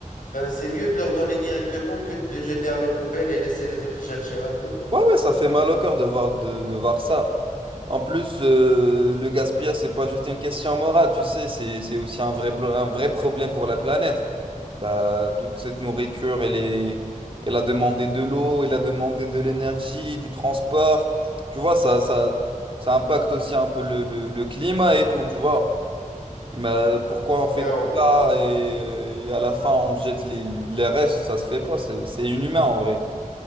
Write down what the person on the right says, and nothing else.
Ouais, ouais, ça fait mal au cœur de voir, de, de voir ça. En plus, euh, le gaspillage, c'est pas juste une question morale, tu sais, c'est, c'est aussi un vrai, blo- un vrai problème pour la planète. Bah, toute cette nourriture, elle est, elle a demandé de l'eau, elle a demandé de l'énergie, du transport. Tu vois, ça, ça, ça impacte aussi un peu le, le, le climat et tout, tu vois. Mais pourquoi on fait
tout
ça et, euh, et à la fin, on jette les, les restes, ça se fait pas, c'est, c'est inhumain en vrai.